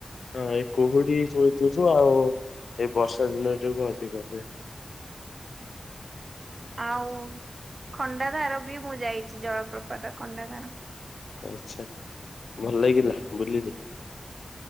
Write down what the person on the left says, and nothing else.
ହଁ ଏଇ କୁହୁଡି ବହୁତ୍ ଯୋଗୁ ଆଉ ଏଇ ବର୍ଷାଦିନେ ଯୋଗୁ ଅଧିକ ହୁଏ।
ଆଚ୍ଛା। ଭଲ ଲାଗିଲା ବୁଲିଲେ?